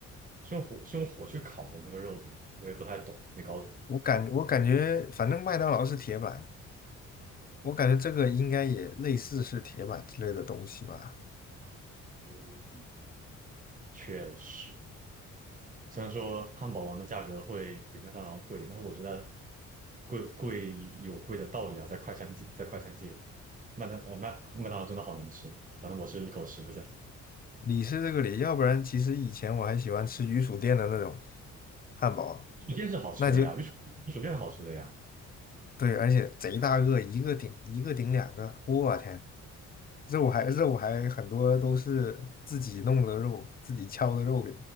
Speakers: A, on the right (about 25°); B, on the left (about 30°).
A: 是用火是用火去烤的那个肉饼，我也不太懂，没搞懂。
B: 我感我感觉，反正麦当劳是铁板，我感觉这个应该也类似是铁板之类的东西吧。
A: 嗯，确实。虽然说汉堡王的价格会比麦当劳贵，但是我觉得贵贵有贵的道理啊，在快餐界，在快餐界，麦当呃麦麦当劳真的好难吃，反正我是一口吃不下。
B: 里是这个里，要不然其实以前我还喜欢吃鱼薯店的那种汉堡，
A: 鱼薯店是好吃的呀，
B: 那就
A: 鱼薯鱼薯店好吃的呀，
B: 对，而且贼大个，一个顶一个顶两个，我天，肉还肉还很多都是自己弄的肉，自己敲的肉给。